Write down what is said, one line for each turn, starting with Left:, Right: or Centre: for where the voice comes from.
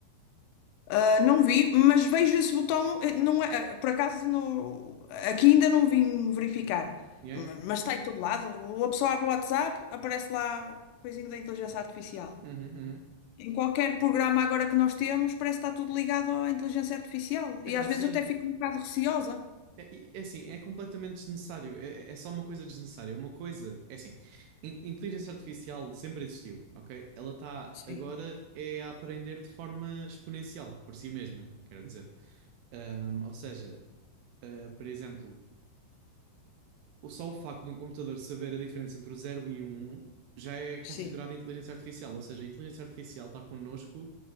Left: Ah, não vi, mas vejo esse botão. eh, Não é, ah, por acaso, no, aqui ainda não vim verificar.
Right: Yeah,
Left: Ma-
Right: yeah.
Left: Mas está em todo lado. Ou A pessoa abre o WhatsApp, aparece lá coisinho da inteligência artificial.
Right: Uhum, uhum.
Left: Em qualquer programa agora que nós temos, parece que está tudo ligado à inteligência artificial. E
Right: Epá,
Left: às
Right: assim,
Left: vezes eu até fico um bocado receosa.
Right: é, é assim, é completamente desnecessário. É, é é só uma coisa desnecessária. Uma coisa, é assim, in- inteligência artificial sempre existiu, ok? Ela está
Left: Sim,
Right: agora é a aprender de forma exponencial por si mesma, quero dizer. Ahm, ou seja, ah, por exemplo. o só o facto de um computador saber a diferença entre o zero e o 1 já é considerado
Left: sim.
Right: inteligência artificial, ou seja, a inteligência artificial está connosco